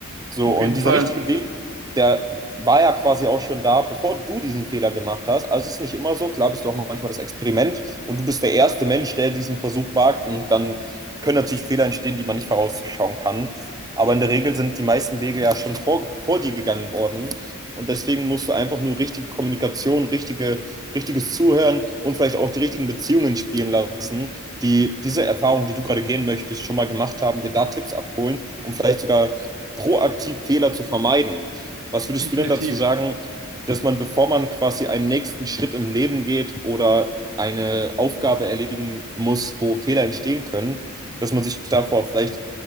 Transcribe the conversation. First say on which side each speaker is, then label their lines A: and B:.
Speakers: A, on the right (about 20°); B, on the right (about 85°).
A: So,
B: Auf
A: und
B: jeden
A: dieser
B: Fall,
A: richtige Weg, der war ja quasi auch schon da, bevor du diesen Fehler gemacht hast. Also es ist nicht immer so, klar bist du auch manchmal das Experiment und du bist der erste Mensch, der diesen Versuch wagt und dann können natürlich Fehler entstehen, die man nicht vorausschauen kann. Aber in der Regel sind die meisten Wege ja schon vor, vor dir gegangen worden. Und deswegen musst du einfach nur richtige Kommunikation, richtige richtiges Zuhören und vielleicht auch die richtigen Beziehungen spielen lassen, die diese Erfahrung, die du gerade gehen möchtest, schon mal gemacht haben, dir da Tipps abholen, um vielleicht sogar proaktiv Fehler zu vermeiden. Was würdest
B: definitiv.
A: du denn dazu sagen, dass man, bevor man quasi einen nächsten Schritt im Leben geht oder eine Aufgabe erledigen muss, wo Fehler entstehen können, dass man sich davor vielleicht